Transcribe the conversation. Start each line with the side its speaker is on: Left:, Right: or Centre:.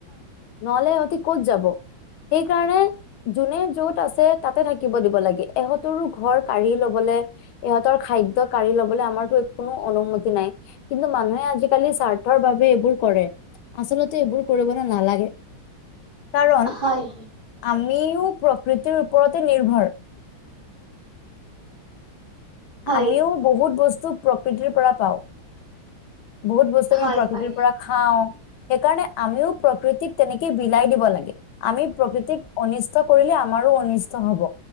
Left: নহলে ইহঁতি ক'ত যাব?
Right: উ <unintelligible>
Left: সেইকাৰণে যোনে য'ত আছে তাতে থাকিব দিব লাগে এহঁতৰো ঘৰ কাঢ়ি লবলে ইহঁতৰ খাদ্য কাঢ়ি লবলে আমাৰতো কোনো অনুমতি নাই কিন্তু মানুহে আজিকালি স্বাৰ্থ এইবোৰ কৰে আচলতে এইবোৰ কৰিব <unintelligible> নালাগে কাৰণ
Right: হয় হয়
Left: আমি ইও প্ৰকৃতিৰ ওপৰতে নিৰ্ভৰ
Right: হয়
Left: আমিও বহুত বস্তু প্ৰকৃতিৰ পৰা পাওঁ। বহুত বস্তু আমি
Right: হয়
Left: প্ৰকৃতিৰ
Right: হয়
Left: পৰা খাওঁ। সেইকাৰণে আমিও প্ৰকৃতিক তেনেকে বিলাই দিব লাগে আমি প্ৰকৃতিক অনি কৰিলে আমাৰো অনিষ্ট হব